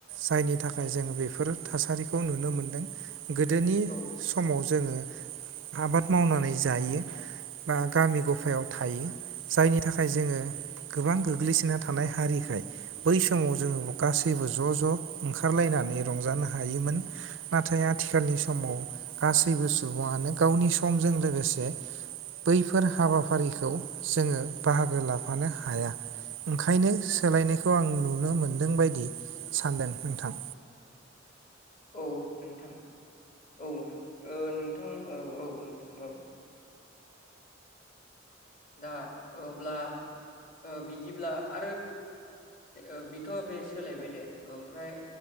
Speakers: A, on the right; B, on the left.
A: जायनि थाखाय जोङो बे फोर थासारिखौ नुनो मोनदों। गोदोनि
B: औ
A: समाव जोङो आबाद मावनानै जायो। बा गामि गफायाव थायो जायनि थाखाय जोङो गोबां गोग्लैसोना थानाय हारिखाय बै समाव जोङो गासैबो ज' ज' ओंखारलायनानै रंजानो हायोमोन नाथाय आथिखालनि समाव गासैबो सुबुङानो गावनि समजों लोगोसे बैफोर हाबाफारि खौ जोङो बाहागो लाफानो हाया ओंखायनो सोलायनायखौ आं नुनो मोनदों बायदि सानदों नोंथां
B: औ नोंथां औ नों ओ नोंथां ओ औ नोंथां औ दा अब्ला ओ बिदिब्ला आरो ओ बेथ बे सोलायबाय दे ओमफ्राय